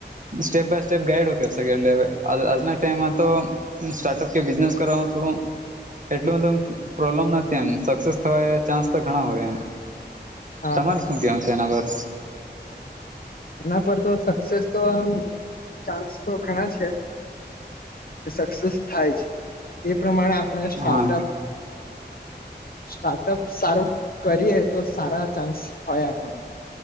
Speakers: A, on the right (about 45°); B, on the left (about 55°).
A: સ્ટેપ બાય સ્ટેપ ગાઈડો કરી શકે અને અવે આજના ટાઈમમાં તો સ્ટાર્ટઅપ કે બિઝનેસ કરવામાં થોડું એટલું બધું પ્રોબ્લેમ નથી એમ. સક્સેસ થવાય, એ ચાન્સ તો ઘણા હોય એમ.
B: હા
A: તમારુ
B: હા
A: શું કેવાનું છે? એના પર.
B: એના પર તો સક્સેસ તો આમ ચાન્સ તો ઘણા છે. સક્સેસ થાય છે. એ પ્રમાણે આપણે સ્ટાર્ટઅપ
A: હા
B: સ્ટાર્ટઅપ સારું કરીએ, તો સારા ચાન્સ આવે આપણાને.